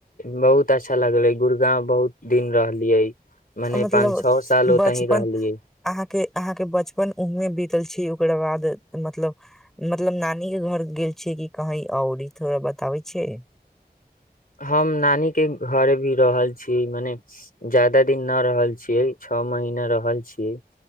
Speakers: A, on the left (about 60°); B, in the centre.
A: बहुत अच्छा लगले गुड़गाव बहुत दिन रहलियै मने
B: मतलब
A: पान छ साल ओतही
B: बचपन
A: रहलियै
B: अहाँके अहाँके बचपन उहमे बीतल छै ओकरा बाद मतलब मतलब नानी के घर गेल छिय कि कही और ई थोड़ा बताबे छियै
A: हम नानीके घर भी रहल छी मने ज्यादा दिन न रहल छियै छ महीना रहल छियै